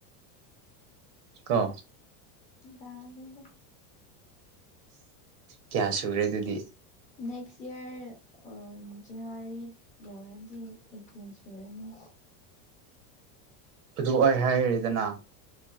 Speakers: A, on the right; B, on the left.
A: ꯀꯣ
B: ꯂꯥꯜꯂꯦꯗ
A: ꯀꯌꯥ ꯁꯨꯔꯦ ꯑꯗꯨꯗꯤ
B: ꯅꯦꯛꯁ ꯏꯌꯥꯔ ꯖꯅꯋꯥꯔꯤ ꯌꯧꯔꯗꯤ ꯑꯦꯠ ꯇꯤꯟ ꯁꯨꯔꯅꯤ
A: ꯑꯗꯨ ꯑꯩ ꯍꯥꯏꯔꯤꯗꯅꯥ